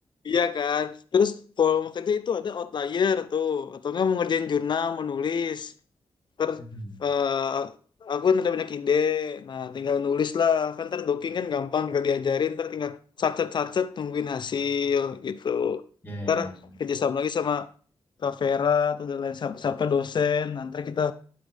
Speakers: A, on the left; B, on the left.
A: Iya kan. Terus kalau mau kerja itu ada outlier tuh. Atau nggak mau ngerjain jurnal, menulis. Ter,
B: Hmm.
A: eh, aku kan ada banyak ide. Nah tinggal nulis lah. Kan ntar doking kan gampang. Tinggal diajarin. Ntar tinggal sacet-sacet tungguin hasil gitu.
B: Ya,
A: Ntar
B: ya, ya.
A: kerjasama lagi sama Kak Vera atau dan lain siapa, siapa dosen. Nanti kita